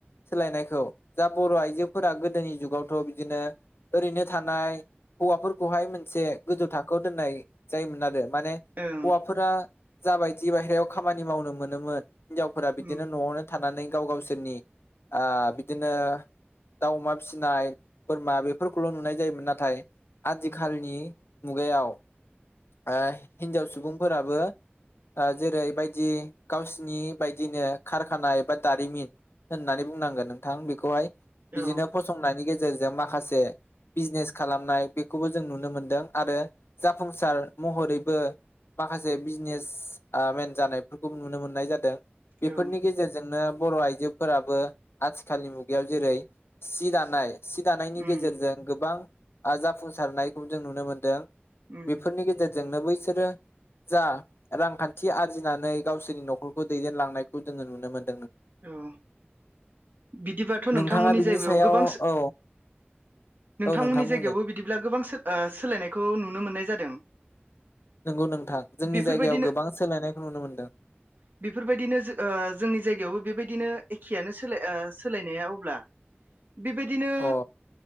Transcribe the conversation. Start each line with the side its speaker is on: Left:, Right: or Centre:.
Left: सोलायनायखौ दा बर' आइजोफोरा गोदोनि जुगावथ' बिदिनो ओरैनो थानाय हौवाफोरखौहाय मोनसे गोजौ थाखोआव दोननाय जायोमोन आरो माने
Right: ओं
Left: हौवाफोरा जाबायदि बायेरायाव खामानि मावनो मोनोमोन हिनजावफोरा बिदिनो
Right: उम
Left: न'आवनो थानानै गाव गावसोरनि ओ बिदिनो दाव अमा फिसिनाय बोरमा बेफोरखौल' नुनाय जायोमोन नाथाय आथिखालनि मुगायाव ओ हिनजाव सुबुंफोराबो जेरैबायदि ओ गावसिनि बायदिनो कारखाना एबा दारिमिन होननानै बुंनांगोन नोंथां बेखौहाय बिदिनो
Right: औ
Left: फसंनायनि गेजेरजों गेजेरजों माखासे बिजनेस खालामनाय बेखौबो जों नुनो मोनदों आरो जाफुंसार महरैबो माखासे बिजनेस मेन जानायफोरखौ नुनो मोननाय जादों बेफोरनि
Right: औ
Left: गेजेरजोंनो बर' आइजोफोराबो आथिखालनि मुगायाव जेरै सि दानाय सि दानायनि
Right: उम
Left: गेजेरजों गोबां ओ जाफुंसारनायखौ जों नुनो मोनदों।
Right: उम
Left: बेफोरनि गेजेरजों। जोंनो बैसोरो जा रांखान्थि आरजिनानै गावसोरनि न'खरखौ दैदेनलांनायखौ जोङो नुनो मोनो।
Right: औ बिदिबाथ'
Left: नोंथाङा
Right: नोंथांमोननि
Left: बिनि
Right: जायगायाव
Left: सायाव
Right: गोबां
Left: औ
Right: नोंथांमोननि
Left: औ नोंथां बुंदो
Right: जायगायावबो बिदिब्ला गोबां ओ सोलायनायखौ नुनो मोननाय जादों।
Left: नंगौ नोंथां जोंनि
Right: बेफोरबायदिनो-बेफोरबायदिनो
Left: जायगायाव गोबां सोलायनायखौ नुनो मोनदों
Right: ओ जोंनि जायगायावबो। बेबायदिनो एखेआनो ओ सोलाय सोलायनाया अब्ला बेबायदिनो।
Left: अ